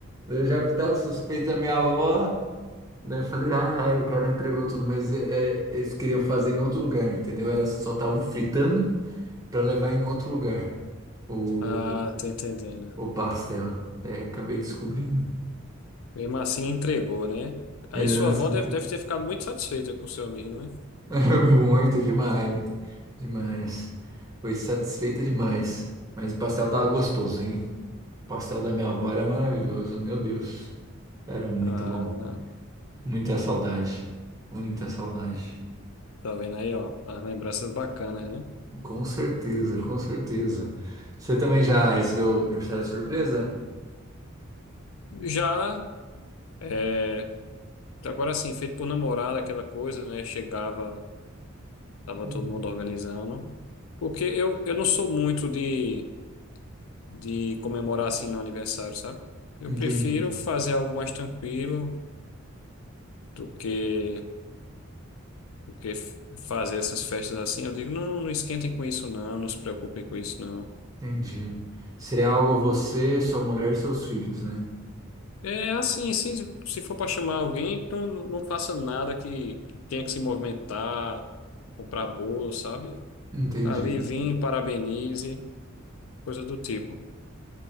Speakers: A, on the right; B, on the left.
A: Daí Eu já tava suspeito da minha avó. Daí eu falei: Ah, o cara entregou tudo, mas é, é, eles queriam fazer em outro lugar, entendeu? Elas só estavam fritando para levar em outro lugar o,
B: ah, tô entendendo.
A: o pastel. Daí acabei descobrindo.
B: Mesmo assim, entregou, né? Aí
A: Eles
B: sua
A: assim,
B: avó deve, deve ter ficado muito satisfeita com seu amigo, né?
A: <laughs> Muito demais. Demais. Foi satisfeita demais. Mas o pastel tava gostoso, hein? O pastel da minha avó era maravilhoso, meu Deus. Era muito
B: Ah,
A: bom. Muita saudade. Muita saudade.
B: tá vendo aí, ó, as lembranças bacanas, né?
A: Com certeza, com certeza. Você também já recebeu o aniversário de surpresa?
B: Já, é, agora sim, feito por namorada, aquela coisa, né? Chegava, tava
A: Hum,
B: todo mundo organizando. Porque eu, eu não sou muito de de comemorar assim no aniversário, sabe? Eu
A: Entendi,
B: prefiro fazer algo mais tranquilo do que, do que f- fazer essas festas assim. Eu digo, não, não esquentem com isso, não, não se preocupem com isso, não.
A: entendi. Seria algo você, sua mulher e seus filhos, né?
B: É assim, se, se for para chamar alguém, não, não faça nada que, que tenha que se movimentar, comprar bolo, sabe?
A: Entendi.
B: Ali, vim, parabenize, coisa do tipo.